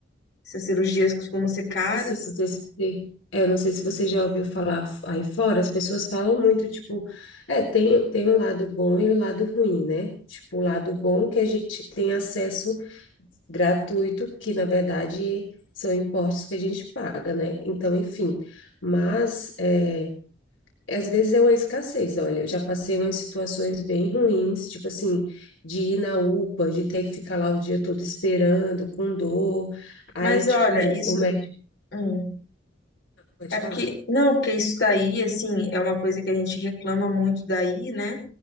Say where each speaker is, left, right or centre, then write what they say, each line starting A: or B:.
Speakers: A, on the left (about 60°); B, on the left (about 85°).
A: Essas cirurgias costumam ser caras.
B: Assim, não sei se você, é, não sei se você já ouviu falar f- aí fora, as pessoas falam muito, tipo, é, tem, tem um lado bom e o lado ruim, né? Tipo, o lado bom que a gente tem acesso gratuito, que na verdade são impostos que a gente paga, né? Então, enfim, mas é, às vezes é uma escassez, olha, eu já passei umas situações bem ruins, tipo assim, de ir na UPA, de ter que ficar lá o dia todo esperando, com dor, aí,
A: Mas
B: tipo,
A: olha, isso
B: o médico
A: hum,
B: pode
A: é porque
B: falar.
A: não, porque isso daí assim é uma coisa que a gente reclama muito daí, né?